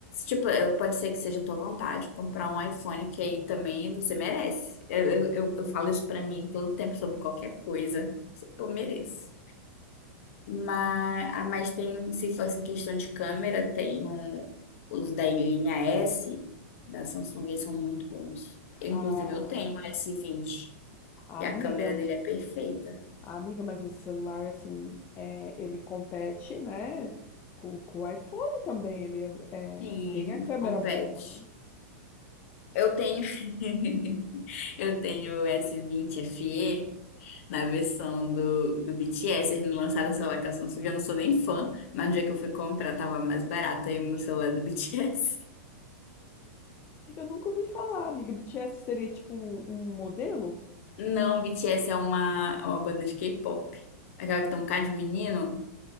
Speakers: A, on the left (about 60°); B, on the left (about 25°).
A: Tipo, eh, pode ser que seja a tua vontade comprar um iPhone, que aí também você merece. Eu, eu, eu eu falo isso pra mim todo tempo sobre qualquer coisa. Eu mereço. Mas, mas tem, se fosse em questão de câmera, tem um- os da linha S da Samsung, eles são muito bons. Eu,
B: A,
A: inclusive, eu tenho o S20
B: a
A: e
B: amiga.
A: a câmera dele é perfeita.
B: Ah, amiga, mas esse celular, assim, é, ele compete, né, com, com o iPhone também. Ele é,
A: Sim,
B: é, tem a câmera
A: compete.
B: boa, né?
A: Eu tenho, <laughs> eu tenho o S20 FE na versão do, do BTS. Eles não lançaram o celular com a Samsung, eu não sou nem fã, mas no dia que eu fui comprar tava mais barato aí o meu celular do BTS.
B: Eu nunca ouvi falar, amiga. BTS seria tipo um, um modelo?
A: Não, BTS é uma, é uma banda de K-pop. Aquela que tem um bocado de menino,